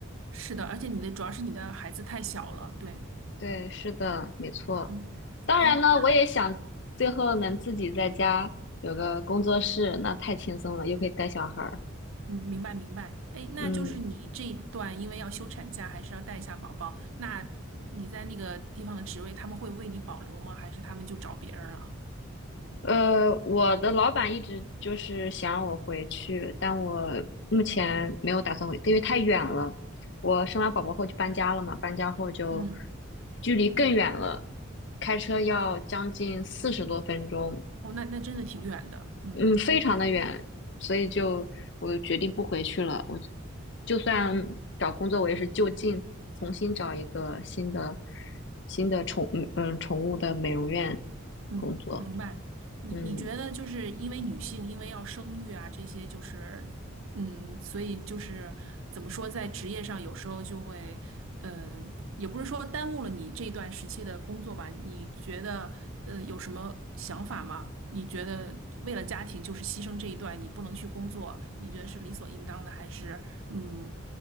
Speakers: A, on the right; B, on the left.
A: 是的，而且你的主要是你的孩子太小了，对，
B: 对，是的，没错。
A: 嗯，
B: 当然呢，
A: 哎，那。
B: 我也想最后能自己在家有个工作室，那太轻松了，又可以带小孩儿。
A: 嗯，明白明白。哎，那就是你这一段因为要休产假，
B: 嗯，
A: 还是要带一下宝宝，那你在那个地方的职位，他们会为你保留吗？还是他们就找别人了？
B: 呃，我的老板一直就是想让我回去，但我目前没有打算回，因为太远了。我生完宝宝后就搬家了嘛，搬家后就
A: 嗯，
B: 距离更远了，开车要将近四十多分钟。
A: 哦，那那真的挺远的。嗯。
B: 嗯，非常的远，所以就我决定不回去了。我就算找工作，我也是就近重新找一个新的新的宠嗯嗯宠物的美容院
A: 嗯，
B: 工作。
A: 明白。你你觉得就是因为女性因为要生育啊，
B: 嗯。
A: 这些就是嗯，所以就是怎么说，在职业上有时候就会，嗯，也不是说耽误了你这段时期的工作吧？你觉得呃有什么想法吗？你觉得为了家庭就是牺牲这一段，你不能去工作，你觉得是理所应当的，还是嗯